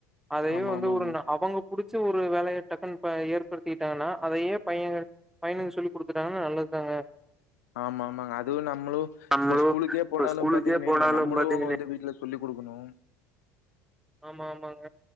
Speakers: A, in the centre; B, on the left (about 70°).
A: அதையு
B: ஆமாமாங்க.
A: வந்து <unintelligible> அவுங்க புடிச்ச ஒரு வேலைய டக்குன் இப்ப ஏற்படுத்திட்டாங்கன்னா அதையே பையன் பையனுக்கு சொல்லி குடுத்துட்டாங்கன்னா நல்லது தாங்க
B: ஆமா ஆமாங்க அதுவு நம்மளும்
A: நம்மளு
B: இப்ப ஸ்கூலுக்கே
A: இப்ப
B: போனாலு
A: ஸ்கூலுக்கே
B: பாத்தீங்கன்னு
A: போனாலு
B: வைங்க நம்மளும்
A: பாத்தீங்கன்னா
B: வந்து வீட்ல சொல்லி் குடுக்கணு
A: ஆமா ஆமாங்க